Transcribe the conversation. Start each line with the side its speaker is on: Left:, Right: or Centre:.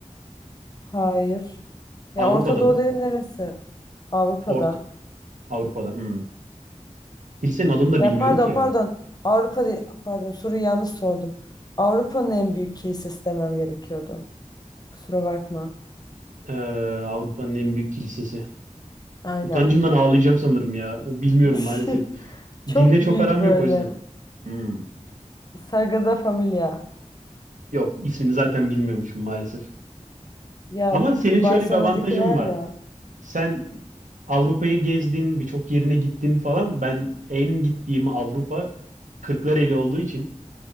Left: Hayır.
Right: Avrupa'da
Left: Ya Orta Doğu
Right: mı?
Left: dediğin neresi? Avrupa'da.
Right: Orta Avrupa'da. Hmm. Kilisenin adını da
Left: Ya
Right: bilmiyorum
Left: pardon
Right: ki ya.
Left: pardon. Avrupa değil. Pardon soruyu yanlış sordum. Avrupa'nın en büyük kilisesi demem gerekiyordu. Kusura bakma.
Right: Ee, Avrupa'nın en büyük kilisesi.
Left: Aynen.
Right: Utancımdan ağlayacağım sanırım ya. O bilmiyorum
Left: <laughs>
Right: maalesef.
Left: Çok
Right: Dinle çok
Left: büyük
Right: aram
Left: böyle.
Right: yok o yüzden. Hmm.
Left: Sagrada Familia.
Right: Yok ismini zaten bilmiyormuşum maalesef.
Left: Ya
Right: Ama senin
Left: şu
Right: şöyle
Left: Barcelona'daki
Right: bir avantajın
Left: var
Right: var.
Left: ya.
Right: Sen Avrupa'yı gezdin, birçok yerine gittin falan. Ben en gittiğim Avrupa Kırklareli olduğu için.